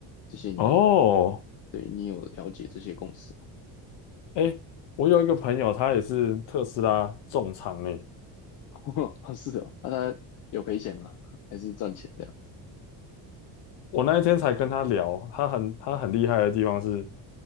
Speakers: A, on the left; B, on the left.
A: 这些你，
B: 哦，
A: 对你有了解这些公司吗？
B: 哎，我有一个朋友，他也是特斯拉重仓诶，
A: <laughs> 啊是的哦，啊那、它有赔钱吗？还是赚钱的样？
B: 我那一天才跟他聊，他很他很厉害的地方是，